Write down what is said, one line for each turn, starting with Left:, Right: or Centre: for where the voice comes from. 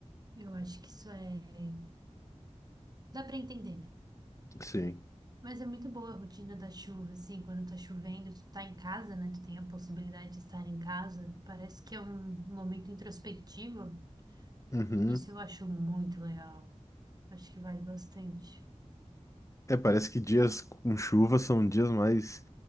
Right: eu acho que isso é. Dá pra entender, né?
Left: <laughs> Sim.
Right: Mas é muito boa a rotina da chuva, assim, quando tá chovendo, tu tá em casa, né? Tu tem a possibilidade de estar em casa. Parece que é um momento introspectivo.
Left: Uhum.
Right: Isso eu acho muito legal. Acho que vale bastante.
Left: É, parece que dias com chuva são dias mais